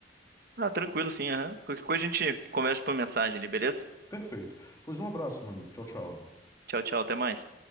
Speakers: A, on the right (about 55°); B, on the left (about 20°).
A: Ah, tranquilo, sim, aham. Qualquer coisa a gente conversa por mensagem ali, beleza?
B: Perfeito. Pois um abraço, meu amigo. Tchau, tchau.
A: Tchau, tchau, até mais.